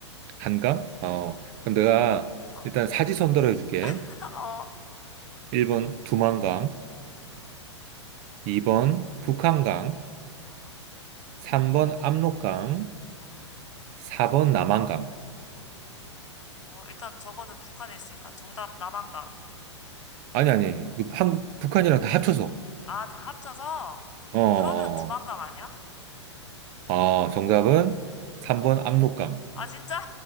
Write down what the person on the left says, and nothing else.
어,
어,
<laughs> 어,
어,
어,
어.
어, 일단 저거는 북한에 있으니까 정답 남한강.
아, 다 합쳐서?
그러면 두만강 아니야?
아, 진짜?